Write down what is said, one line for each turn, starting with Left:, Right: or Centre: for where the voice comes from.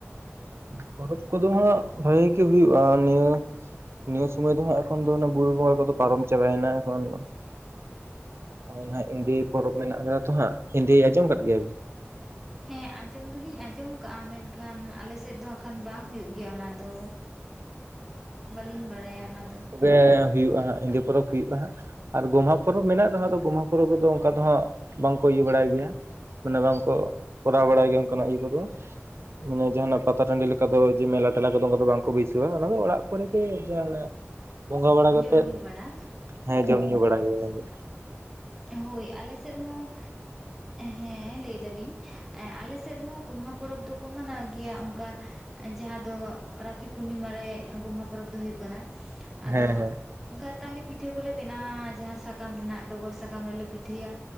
Right: ᱯᱚᱨᱚᱵᱽ ᱠᱚᱫᱚ ᱦᱟᱸᱜ ᱵᱷᱟᱜᱤ ᱦᱩᱭᱩᱜ-ᱟ ᱱᱤᱭᱟᱹ ᱱᱤᱭᱟᱹ ᱥᱳᱚᱢᱚᱭ ᱫᱚ ᱦᱟᱸᱜ ᱮᱠᱷᱚᱱ ᱫᱚ ᱵᱩᱨᱩ ᱵᱚᱸᱜᱟ ᱠᱚᱫᱚ ᱯᱟᱨᱚᱢ ᱪᱟᱵᱟᱭᱮᱱᱟ ᱮᱠᱷᱚᱱ ᱫᱚ ᱦᱳᱭ ᱱᱟᱦᱟᱸᱜ ᱮᱸᱫᱮ ᱯᱚᱨᱚᱵᱽ ᱢᱮᱱᱟᱜ ᱠᱟᱫᱟ ᱛᱚ ᱦᱟᱸᱜ ᱮᱸᱫᱮ ᱟᱸᱚᱢᱫ ᱜᱮᱭᱟ ᱵᱤᱱ
Centre: ᱦᱮᱸ ᱟᱸᱡᱚᱢ ᱫᱚᱞᱤᱧ ᱟᱸᱡᱚᱢ ᱠᱟᱜᱼᱟ ᱢᱮᱱᱠᱷᱟᱱ ᱟᱞᱮ ᱥᱮᱫ ᱫᱚ ᱦᱟᱸᱠᱦᱟᱠᱷᱟᱱ ᱵᱟᱝ ᱦᱩᱭᱩᱜ ᱜᱮᱭᱟ ᱚᱱᱟ ᱫᱚ ᱵᱟᱹᱞᱤᱧ ᱵᱟᱲᱟᱭᱟ ᱚᱱᱟ ᱫᱚ
Right: ᱨᱮ ᱦᱩᱭᱩᱜᱼᱟ ᱦᱟᱸᱜ ᱮᱸᱫᱮ ᱯᱚᱨᱚᱵᱽ ᱦᱩᱭᱩᱜᱼᱟ ᱦᱟᱸᱜ ᱟᱨ ᱜᱚᱢᱦᱟ ᱯᱚᱨᱚᱵᱽ ᱢᱮᱱᱟᱜ ᱨᱮᱦᱚᱸ ᱟᱫᱚ ᱜᱚᱢᱦᱟ ᱯᱚᱨᱚᱵᱽ ᱨᱮᱫᱚ ᱚᱱᱠᱟ ᱫᱚ ᱦᱟᱸᱜ ᱵᱟᱝᱠᱚ ᱤᱭᱟᱹ ᱵᱟᱲᱟᱭ ᱜᱮᱭᱟ ᱢᱟᱱᱮ ᱵᱟᱝᱠᱚ ᱠᱚᱨᱟᱣ ᱵᱟᱲᱟᱭ ᱜᱮᱭᱟ ᱚᱱᱠᱟᱱᱟᱜ ᱤᱭᱟᱹ ᱠᱚᱫᱚ ᱢᱟᱱᱮ ᱡᱟᱦᱟᱱᱟᱜ ᱯᱟᱛᱟ ᱴᱟᱺᱰᱤ ᱞᱮᱠᱟ ᱫᱚ ᱡᱮ ᱢᱮᱞᱟ ᱴᱮᱞᱟ ᱠᱚᱫᱚ ᱫᱚᱝ ᱫᱚ ᱵᱟᱝᱠᱚ ᱵᱟᱹᱭᱥᱟᱹ ᱚᱱᱟ ᱫᱚ ᱚᱲᱟᱜ ᱠᱚᱨᱮ ᱜᱮ ᱡᱟᱦᱟᱱᱟᱜ ᱵᱚᱸᱜᱟ ᱵᱟᱲᱟ ᱠᱟᱛᱮ
Centre: ᱡᱚᱢ ᱧᱩ ᱵᱟᱲᱟ
Right: ᱦᱮᱸ ᱡᱚᱢ ᱧᱩ ᱵᱟᱲᱟ ᱜᱮ ᱚᱱᱟᱫᱚ
Centre: ᱦᱳᱭ ᱟᱞᱮ ᱥᱮᱫ ᱦᱚᱸ ᱦᱮᱸ ᱞᱟᱹᱭ ᱫᱟᱞᱤᱧ ᱟᱞᱮ ᱥᱮᱫ ᱦᱚᱸ ᱜᱳᱢᱦᱟ ᱯᱚᱨᱚᱵᱽ ᱫᱚᱠᱚ ᱢᱟᱱᱟᱣ ᱜᱮᱭᱟ ᱚᱱᱠᱟ ᱡᱟᱦᱟᱸ ᱫᱚ ᱨᱟᱠᱷᱤ ᱯᱩᱨᱱᱤᱢᱟᱨᱮ ᱜᱳᱢᱦᱟ ᱯᱚᱨᱚᱵᱽ ᱫᱚ ᱦᱩᱭᱩᱜ ᱠᱟᱱᱟ ᱟᱫᱚ
Right: ᱦᱮᱸ ᱦᱮᱸ
Centre: ᱚᱱᱠᱟ ᱛᱟᱞᱮ ᱯᱤᱴᱷᱟᱹ ᱠᱚᱞᱮ ᱵᱮᱱᱟᱣᱟ ᱡᱟᱦᱟᱸ ᱥᱟᱠᱟᱢ ᱨᱮᱱᱟᱜ ᱰᱚᱜᱚᱨ ᱥᱟᱠᱟᱢ ᱨᱮᱞᱮ ᱯᱤᱴᱷᱟᱹᱭᱟ